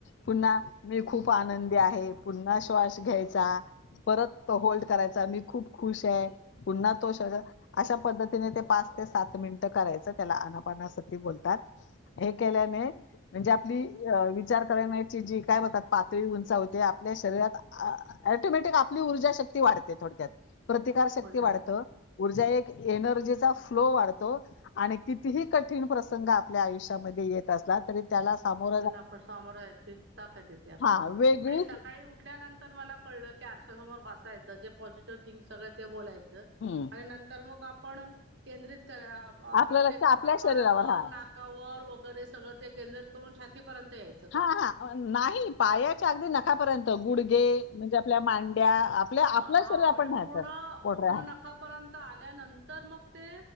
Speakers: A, on the left (about 55°); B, on the right (about 55°).
A: पुन्हा मी खूप आनंदी आहे. पुन्हा श्वास घ्यायचा. परत तो होल्ड करायचा, मी खूप खुश आहे, पुन्हा तो अशा पद्धतीने ते पाच ते सात मिनिट करायच त्याला अनापाणा अस <unintelligible> बोलतात. हे केल्याने म्हणजे आपली विचार करण्याची जी काय बोलतात पातळी उंचावते आपल्या शरीरात ॲटोमॅटिक आपली ऊर्जाशक्ती वाढते, थोडक्यात प्रतिकारशक्ती
B: बोल
A: वाढत‌. ऊर्जा एक एनर्जीचा फ्लो वाढतो. आणि कितीही कठीण प्रसंग आपल्या आयुष्यामध्ये येत असला तरी त्याला सामोर
B: त्यांला आपण सामोर जायची ताकद येते आपल्याला
A: हा वेगळीच
B: पण हे सकाळी उठ उठल्यानंतर मला कळल की आरशासमोर बसायच जे पॉझिटिव्ह थिंक सगळ ते बोलायच.
A: हम्म
B: नंतर मग आपण केंद्रित करा
A: आपलं
B: प्रत्येक
A: लक्ष आपल्या
B: कपाळावर,
A: शरीरावर हा
B: नाका कावर वगैरे सगळ ते केंद्रित करून छातीपर्यंत यायच.
A: हा हा नाही पायाच्या अगदी नखापर्यंत, गुडघे म्हणजे आपल्या मांड्या. आपल्या
B: हा
A: आपलं शरीर
B: म्हणजे
A: आपण न्याहायचं
B: पूर्ण
A: पोटऱ्या
B: पूर्ण नखापर्यंत आल्यानंतर मग ते